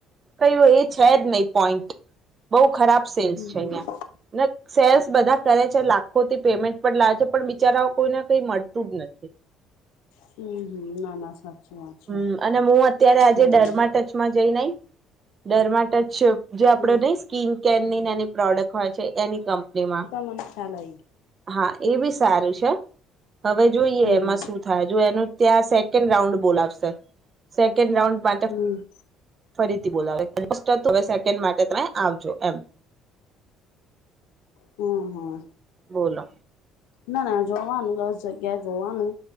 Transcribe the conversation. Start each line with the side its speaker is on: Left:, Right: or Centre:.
Right: કયું એ છે જ નહી પોઈન્ટ, બહ ખરાબ સેલ્સ
Left: હમ
Right: છે
Left: હમ
Right: અહીંયા, સેલ્સ બધા કરે છે લ ખોતી પેમેન્ટ પણ લાવે છે પણ બિચારાઓ કોઈને કઈ મળતું જ નથી.
Left: હમ હમ ના ના. સાચી વાત
Right: હમ
Left: છે
Right: અને હું અત્યારે આજે
Left: હમ
Right: ડરમાં ટચમાં જઈ નઈ. ડરમાં ટચ જે આપડો
Left: હમ
Right: નહી સ્કીિન કેરની એની પ્રોડક્ટ હોય છે એની કંપનીમાં.
Left: મન્યા <unintelligible>
Right: હા એ બી સારું છે, હવે જોઈએ
Left: હમ
Right: એમાં શું થાય જો એનું ત્યાં સેકન્ડ રાઉન્ડ બોલાવશે, સેકન્ડ રાઉન્ડ માટે
Left: હમ
Right: ફરીથી બોલાવે. વે સેકન્ડ માટે તમે આવજો એમ.
Left: હમ્મ હમ્મ
Right: બોલો
Left: ના ના જોવાનું દસ જગ્યા જોવાનું